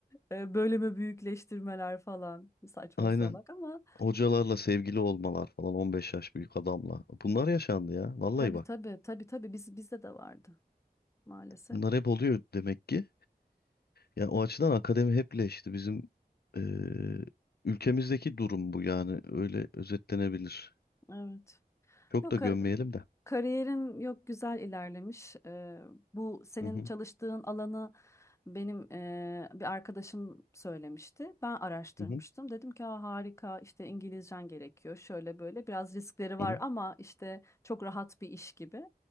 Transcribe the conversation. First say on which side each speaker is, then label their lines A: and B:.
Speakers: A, on the left; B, on the left.
A: e, bölümü büyükleştirmeler falan saçma
B: Aynen.
A: salak ama
B: Hocalarla sevgili olmalar falan 15 yaş büyük adamla. Bunlar yaşandı ya. Vallahi
A: tabii
B: bak.
A: tabii tabii tabii biz bizde de vardı maalesef.
B: Bunlar hep oluyor demek ki. Ya o açıdan akademi hep leşti. Bizim eee, ülkemizdeki durum bu yani öyle özetlenebilir.
A: Evet.
B: Çok
A: Yok
B: da gömmeyelim
A: ka-
B: de.
A: kariyerim yok güzel ilerlemiş. Ee, bu senin
B: Hı hı,
A: çalıştığın alanı benim e, bir arkadaşım söylemişti. Ben araştırmıştım.
B: hı hı,
A: Dedim ki "Aa, harika işte İngilizcen gerekiyor. Şöyle böyle biraz riskleri var
B: hı hı.
A: ama işte çok rahat bir iş gibi.